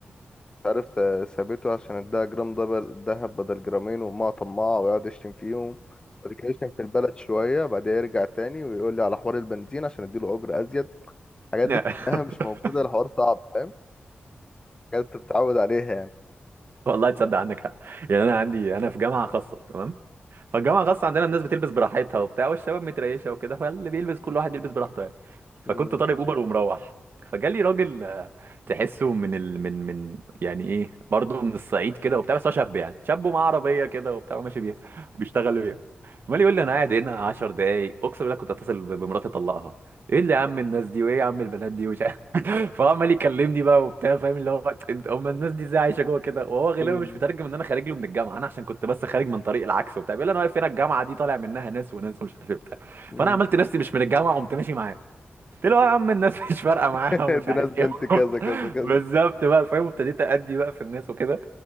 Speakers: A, on the left (about 25°); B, on the right (about 65°).
A: مش عارف سا- سابته عشان اداها جرام دبل دهب بدل جرامين وامها طماعه ويقعد يشتم فيهم بعد كده يشتم في البلد شويه بعدها يرجع تاني ويقول لي على حوار البنزين عشان اديله اجر ازيد الحاجات
B: <laughs>
A: دي كلها مش موجوده الحوار صعب فاهم حاجات انت بتتعود عليها يعني
B: والله تصدق عندك حق يعني انا عندي انا في جامعه خاصه تمام فالجامعه الخاصه عندنا الناس بتلبس براحتها وبتاع والشباب متريشه وكده فاللي بيلبس كل واحد يلبس براحته يعني. فكنت
A: امم
B: طالب اوبر ومروح فجالي راجل آه، تحسه من ال... من من يعني ايه برضه من الصعيد كده وبتاع بس هو شاب يعني شاب ومعاه عربيه كده وبتاع وماشي بيها <laughs> وبيشتغل بيها عمال يقول لي انا قاعد هنا 10 دقايق اقسم بالله كنت اتصل ب- بمراتي اطلقها ايه اللي يا عم الناس دي وايه يا عم البنات دي ومش عارف <laughs> فهو عمال يكلمني بقى وبتاع فاهم اللي هو انت هم الناس دي ازاي عايشه جوه كده وهو غالبا
A: امم
B: مش مترجم ان انا خارج له من الجامعه انا عشان كنت بس خارج من طريق العكس وبتاع بيقول لي انا واقف هنا الجامعه دي طالع منها ناس وناس ومش عارف إيه وبتاع
A: <laughs>
B: فانا عملت نفسي مش من الجامعه قمت ماشي معاه قلت له يا عم الناس <laughs> مش فارقه معاها
A: <laughs>
B: ومش
A: دي
B: عارف
A: ناس بنت
B: ايه
A: كذا
B: وبتاع.
A: كذا كذا
B: بالظبط بقى فاهم وابتديت ادي بقى في الناس وكده